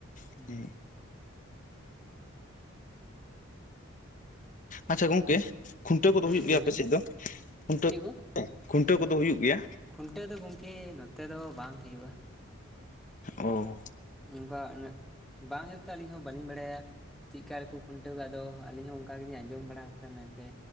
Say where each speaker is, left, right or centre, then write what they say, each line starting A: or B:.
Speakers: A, in the centre; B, on the left.
A: ᱦᱩᱸ
B: ᱦᱟᱸᱜ ᱟᱪᱪᱷᱟ ᱜᱚᱝᱠᱮ ᱠᱷᱩᱱᱴᱟᱹᱣ ᱠᱚᱫᱚ
A: ᱦᱩᱸ
B: ᱦᱩᱭᱩᱜ ᱜᱮᱭᱟ
A: ᱞᱟᱹᱭᱵᱮᱱ
B: ᱟᱯᱮ ᱥᱮᱫ ᱫᱚ? ᱠᱷᱩᱱᱴᱟᱹᱣ
A: ᱪᱮᱫ ᱠᱚ?
B: ᱠᱷᱩᱱᱴᱟᱹᱣ ᱠᱚᱫᱚ ᱦᱩᱭᱩᱜ ᱜᱮᱭᱟ᱾
A: ᱠᱷᱩᱱᱴᱟᱹᱣ ᱫᱚ ᱜᱚᱝᱠᱮ ᱱᱚᱛᱮ ᱫᱚ ᱵᱟᱝ ᱦᱩᱭᱩᱜ-ᱟ᱾
B: ᱚᱸ
A: ᱚᱝᱠᱟ ᱩᱱᱟᱹᱜ ᱵᱟᱝ ᱦᱩᱭᱩᱜ ᱛᱮ ᱟᱹᱞᱤᱧ ᱦᱚᱸ ᱵᱟᱹᱞᱤᱧ ᱵᱟᱲᱟᱭᱟ᱾ ᱪᱮᱜᱠᱟ ᱨᱮᱠᱚ ᱠᱷᱩᱱᱴᱟᱹᱣ ᱠᱟᱣ ᱟᱫᱚ ᱟᱹᱞᱤᱧ ᱦᱚᱸ ᱚᱝᱠᱟ ᱜᱮᱞᱤᱧ ᱟᱸᱡᱚᱢ ᱵᱟᱲᱟᱣ ᱠᱟᱫᱟ ᱢᱮᱱᱛᱮ